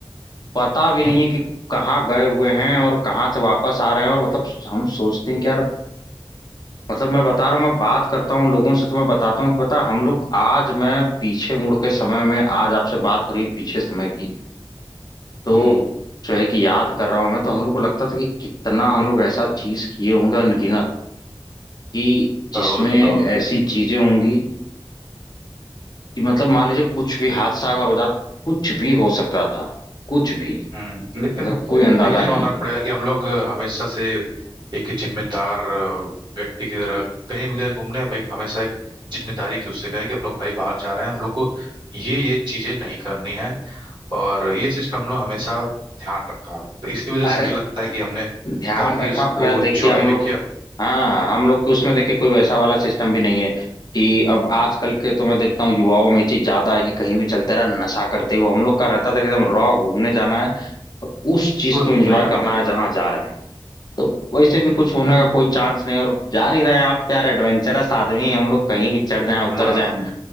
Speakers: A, on the left; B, on the right.
A: पता भी नहीं
B: हम्म
A: है कि कहाँ गए हुए हैं और कहाँ से वापस आ रहे हैं और मतलब हम सोचते हैं कि यार मतलब मैं बता रहा हूँ मैं बात करता हूँ लोगों से तो मैं बताता हूँ कि पता है, हम लोग आज मैं पीछे मुड़ के समय में आज आपसे बात हो रही है पीछे समय की तो
B: हम्म,
A: जो है कि याद कर रहा हूं मैं तो हम लोग को लगता था कि कितना हम लोग ऐसा चीज किए होंगे अनगिनत कि जिसमें
B: बहुत बहुत
A: ऐसी चीजें होंगी कि मतलब मान लीजिए कुछ भी हादसा अगर हो जाता कुछ भी हो सकता था कुछ भी
B: हम्म लेकिन
A: ऐसा कोई अंदाजा
B: लेकिन ये
A: नहीं
B: मानना
A: है
B: पड़ेगा कि हम लोग हमेशा से एक जिम्मेदार अ, व्यक्ति की तरह कहीं भी गए घूमने भाई हमेशा एक जिम्मेदारी के उससे गए कि हम लोग भाई बाहर जा रहे हैं हम लोग को ये ये चीजें नहीं करनी है और ये चीज का हम लोग हमेशा ध्यान रखा तो इसकी वजह से
A: अरे
B: मुझे लगता है कि हमने
A: ध्यान
B: काफी
A: रखा
B: उसको
A: प्लस देखिए
B: इंजॉय
A: हम
B: भी
A: लोग
B: किया
A: हाँ हम लोग के उसमें देखिए कोई वैसा वाला सिस्टम भी नहीं है कि अब आजकल के तो मैं देखता हूँ युवाओं में ये चीज ज्यादा है कि कहीं भी चलते रहा नशा करते हुए हम लोग का रहता था कि एकदम रॉ घूमने जाना है और उस चीज
B: तो बस
A: को एंजॉय
B: घूमने जाना
A: करना है जहां जा रहे हैं तो वैसे भी
B: हम्म
A: कुछ होने का कोई चांस नहीं है। और जा नहीं रहे हैं आप यार एडवेंचरस आदमी हैं, हम लोग कहीं भी चढ़ जाए उतर
B: हम्म
A: जाए